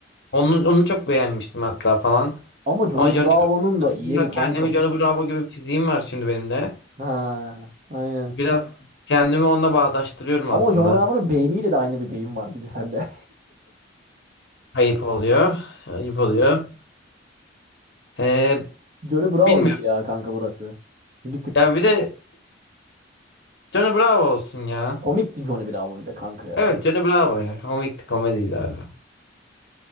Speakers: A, on the left (about 60°); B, on the right (about 40°).
A: Onu, onu çok beğenmiştim hatta falan.
B: Ama Johnny
A: Ama Johnny
B: Bravo'nun
A: Bravo
B: da yeri kanka
A: kendimi
B: bu.
A: Johnny Bravo gibi fiziğim var şimdi benim de.
B: Ha, aynen.
A: Biraz kendimi onunla bağdaştırıyorum
B: Ama
A: aslında.
B: Johnny Bravo'nun beyniyle de aynı bir beyin var gibi sende.
A: Ayıp oluyor. Ayıp oluyor. Ee,
B: <laughs> Johnny Bravo
A: bilmiyorum.
B: gibi ya kanka burası. Bir tık
A: Ya bir de Johnny Bravo olsun ya.
B: komikti Johnny Bravo bir de kanka ya.
A: Evet Johnny Bravo ya. Komikti komediydi abi.